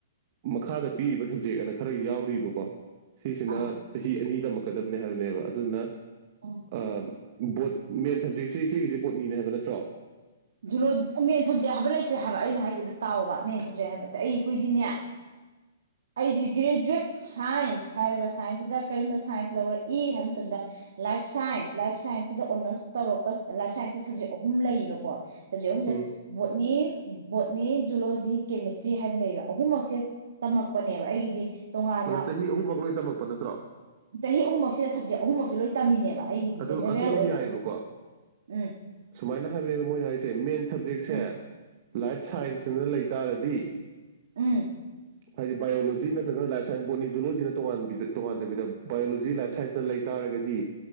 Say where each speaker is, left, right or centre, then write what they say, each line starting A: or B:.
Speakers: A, on the right; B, on the right.
A: ꯃꯈꯥꯗ ꯄꯤꯔꯤꯕ ꯁꯕꯖꯦꯛ ꯑꯅ ꯈꯔ ꯌꯥꯎꯔꯤꯕꯀꯣ ꯁꯤꯁꯤꯅ
B: ꯑꯥ
A: ꯆꯍꯤ ꯑꯅꯤꯗꯃꯛ ꯀꯗꯕꯅꯤ ꯍꯥꯏꯕꯅꯦꯕ ꯑꯗꯨꯅ
B: ꯎꯝ
A: ꯑꯥ ꯕꯣꯠ ꯃꯦꯟ ꯁꯕꯖꯦꯛꯁꯦ ꯏꯆꯦꯒꯤꯖꯦ ꯕꯣꯠꯅꯤꯅꯦ ꯍꯥꯏꯕ ꯅꯠꯇ꯭ꯔꯣ
B: ꯖꯨꯂꯣ ꯃꯦꯟ ꯁꯕꯖꯦꯛ ꯍꯥꯏꯕ ꯂꯩꯇ꯭ꯔꯦ ꯍꯥꯏꯕ ꯑꯩꯅ ꯍꯥꯏꯖꯦ ꯑꯗꯨꯇꯥꯎꯕ ꯃꯦꯟ ꯁꯕꯖꯦꯛ ꯍꯥꯏꯕꯁꯦ ꯑꯩ ꯑꯩꯈꯣꯏꯗꯤꯅꯦ ꯑꯩꯗꯤ ꯒ꯭ꯔꯦꯖꯨꯋꯦꯠ ꯁꯥꯏꯟꯁ ꯍꯥꯏꯔꯒ ꯁꯥꯏꯟꯁꯁꯤꯗ ꯀꯔꯤꯒꯨꯝꯕ ꯁꯥꯏꯟꯁ ꯂꯧꯔꯛꯏ ꯍꯥꯏꯕ ꯃꯇꯝꯗ ꯂꯥꯏꯐ ꯁꯥꯏꯟꯁ ꯂꯥꯏꯐ ꯁꯥꯏꯟꯁꯁꯤꯗ ꯑꯣꯅꯔꯁ ꯇꯧꯔꯛꯄ ꯂꯥꯏꯐ ꯁꯥꯏꯟꯁꯁꯤ ꯁꯞꯖꯦꯛ ꯑꯍꯨꯝ ꯂꯩꯌꯦꯕꯀꯣ ꯁꯕꯖꯦꯛ ꯑꯍꯨꯝꯖꯦ
A: ꯎꯝ
B: ꯕꯣꯠꯅꯤ ꯕꯣꯠꯅꯤ ꯖꯨꯂꯣꯖꯤ ꯀꯦꯃꯤꯁꯇ꯭ꯔꯤ ꯍꯥꯏꯅ ꯂꯩꯕ ꯑꯍꯨꯝꯃꯛꯁꯦ ꯇꯝꯃꯛꯄꯅꯦꯕ ꯑꯩꯒꯤꯗꯤ ꯇꯣꯉꯥꯟꯅ
A: ꯑꯗ ꯆꯍꯤ ꯑꯍꯨꯝꯃꯛ ꯂꯣꯏ ꯇꯝꯃꯛꯄ ꯅꯠꯇ꯭ꯔꯣ
B: ꯆꯍꯤ ꯑꯍꯨꯝꯃꯛꯁꯤꯗ ꯁꯞꯖꯦꯛ ꯑꯍꯨꯝꯃꯛꯁ ꯂꯣꯏ ꯇꯝꯃꯤꯅꯦꯕ ꯑꯩꯒꯤꯗꯤ
A: ꯑꯗꯨ
B: ꯖꯦꯅꯦꯔꯦꯜ
A: ꯑꯗꯨꯗꯤ
B: ꯑꯣꯏꯅ
A: ꯌꯥꯏꯌꯥꯕꯀꯣ
B: ꯎꯝ
A: ꯁꯨꯃꯥꯏꯅ ꯍꯥꯏꯕꯅꯦꯕ ꯃꯣꯏꯅ ꯍꯥꯏꯁꯦ ꯃꯦꯟ ꯁꯕꯖꯦꯛꯁꯦ
B: ꯎꯝ
A: ꯂꯥꯏꯞ ꯁꯥꯏꯟꯁꯅ ꯂꯩ ꯇꯥꯔꯗꯤ
B: ꯎꯝ
A: ꯍꯥꯏꯗꯤ ꯕꯥꯏꯑꯣꯂꯣꯖꯤ ꯅꯠꯇ꯭ꯔꯒꯅ ꯂꯥꯏꯞ ꯁꯥꯏꯟꯁ ꯕꯣꯠꯅꯤꯖꯨꯂꯣꯖꯤꯅ ꯇꯣꯉꯥꯟꯗ ꯇꯣꯉꯥꯟꯗꯕꯤꯗ ꯕꯥꯏꯑꯣꯂꯣꯖꯤ ꯂꯥꯏꯞ ꯁꯥꯏꯟꯁꯇ ꯂꯩ ꯇꯥꯔꯒꯗꯤ